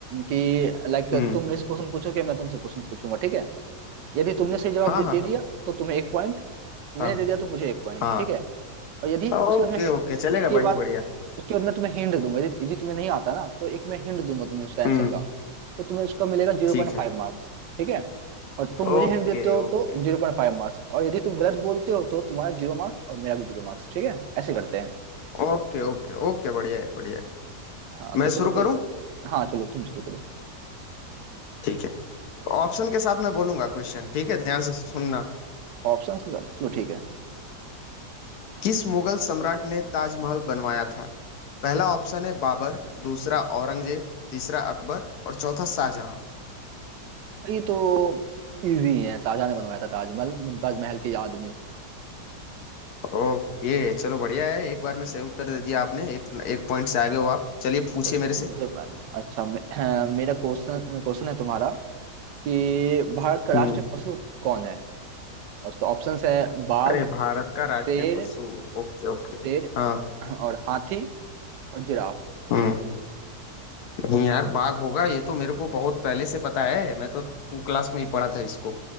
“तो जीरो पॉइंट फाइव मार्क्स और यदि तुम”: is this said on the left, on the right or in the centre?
Right